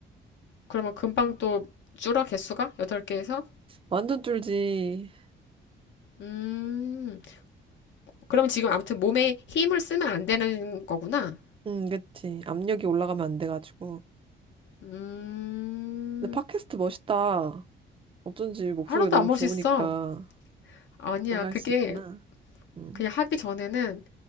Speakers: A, on the left (about 70°); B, on the right (about 25°).
A: 그러면 금방 또 줄어, 개수가? 여덟 개에서
B: 완전 쫄지.
A: 음. 그럼 지금 아무튼 몸에 힘을 쓰면 안 되는 거구나.
B: 응, 그치. 압력이 올라가면 안 돼가지고.
A: 음,
B: 근데 팟캐스트 멋있다. 어쩐지 목소리가
A: 하나도
B: 너무
A: 안 멋있어.
B: 좋으니까
A: 아니야,
B: 그런 거
A: 그게
B: 할 수 있구나. 응.
A: 그냥 하기 전에는,